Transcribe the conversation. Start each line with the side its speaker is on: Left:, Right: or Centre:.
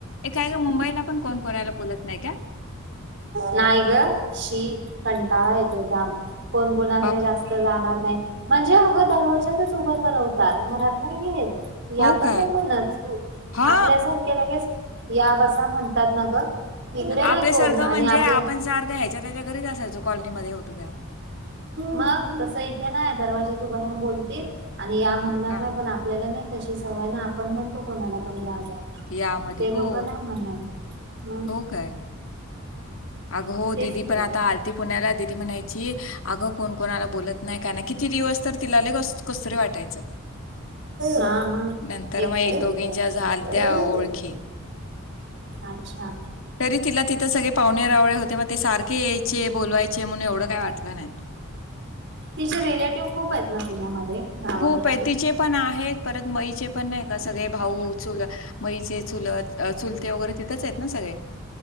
Left: काय ग मुंबईला पण कोण कोणाला बोलत नाहीय का?
Right: नाही ग शी कंटाळा येतो जाम कोण कोणाकडे
Left: बाप
Right: जास्त जाणार नाही म्हणजे अगं दरवाजाच उभं करवतात घरात नाही घेत. या
Left: हो
Right: पण
Left: काय
Right: नाही म्हणत.
Left: हा
Right: आपल्यासारखे लगेच या बसा म्हणतात ना ग इकडे नाही
Left: आपल्यासारखं
Right: कोण आणि
Left: म्हणजे
Right: आपल्या
Left: आपण सारखं ह्याच्या त्याच्या घरीच असायचो कॉलनीमध्ये त्या
Right: मग तसं इथे नाही दरवाज्यात उभ राहुन बोलतील आणि या म्हणणार
Left: हा
Right: नाही पण आपल्याला नाही तशी सवय ना आपण म्हणतो कोणाला पण या जा.
Left: या मध्ये
Right: ते
Left: हो.
Right: लोक नाही म्हणणार मग
Left: हो काय? अग हो
Right: तेच
Left: दिदी पण
Right: तर
Left: आता आलती पुण्याला दि दी म्हणायची अग कोण कोणाला बोलत नाही काय नाही किती दिवस तर तिला लय कसं तरी वाटायचं
Right: हा मग
Left: नंतर
Right: एकट
Left: मग एक
Right: एकट
Left: दोघींच्या झालत्या ओळखी.
Right: अच्छा
Left: तरी तिला तिथं सगळे पाहुणे रावळे होते मग ते सारखे यायचे बोलवाय चे म्हणून एवढं काय वाटलं नाही.
Right: तिचे रिलेटिव्ह खूप आहेत पुण्यामध्ये गावाकडचे.
Left: खुप आहे तिचे पण आहेत परत मयी चे पण नाही का सगळे भाऊ चुल मयीचे चुलत चुलते वेगैरे तिथेच आहेत ना सगळे.